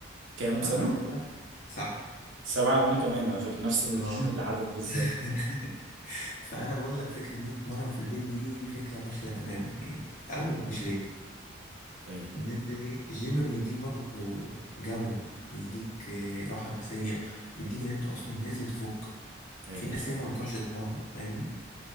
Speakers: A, on the right; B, on the left.
A: كام
B: فانا
A: سنة
B: بقول لك سبعه
A: سبعة وأنا كمان على فكرة نفس ال-
B: اه
A: <laughs> العدد بالظبط
B: <laughs> فانا بقول لك فكره ان انت تتمرن في البيت دي فكره فاشله تماما يعني او مش ليه
A: أيوة
B: ان انت ايه الجيم بيديك برضه جو بيديك آه، راحه نفسيه بيديك ان انت اصلا نازل تفك
A: أيوة
B: في ناس
A: فاهم
B: ياما ما بتروحش تتمرن فاهمني